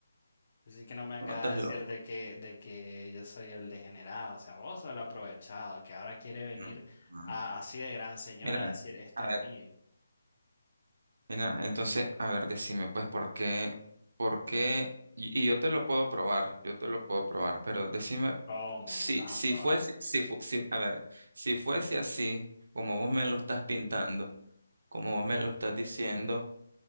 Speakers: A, on the left; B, on the right.
A: Así que no me vengas
B: no, estás
A: a decir
B: loco.
A: de que, de que yo soy el degenerado, o sea, vos sos el aprovechado, que ahora quiere venir
B: No, no.
A: a- así de gran señora
B: Mira,
A: a decir, esto
B: a
A: es
B: ver.
A: mío.
B: Mira, entonces, a ver, decime, pues, ¿por qué? ¿Por qué? Y, y yo te lo puedo probar, yo te lo puedo probar, pero decime,
A: ¿Cómo
B: si,
A: me lo vas
B: si
A: a probar?
B: fuese, si, fu- si- a ver, si fuese así, como vos me lo estás pintando, como vos me lo estás diciendo,